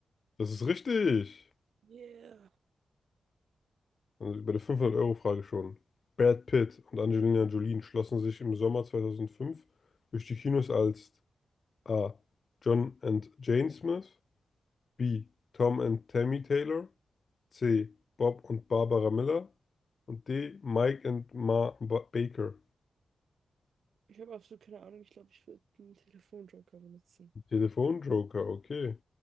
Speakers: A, on the left; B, on the right.
A: Das ist richtig.
B: Yeah.
A: Also bei der 500-Euro-Frage schon. Brad Pitt und Angelina Jolie schlossen sich im Sommer 2005 durch die Kinos als A. John and Jane Smith, B. Tom and Tammy Taylor, C. Bob und Barbara Miller und D. Mike and Ma ba Baker.
B: Ich habe absolut keine Ahnung. Ich glaube, ich würde einen Telefonjoker benutzen.
A: Telefonjoker, okay.